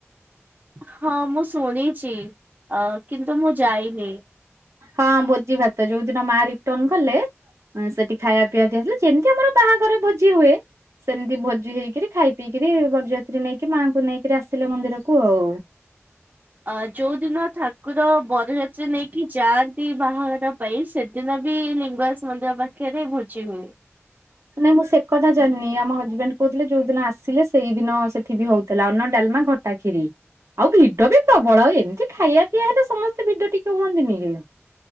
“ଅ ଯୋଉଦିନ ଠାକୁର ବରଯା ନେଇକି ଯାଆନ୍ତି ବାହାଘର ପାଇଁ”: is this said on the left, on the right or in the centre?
Right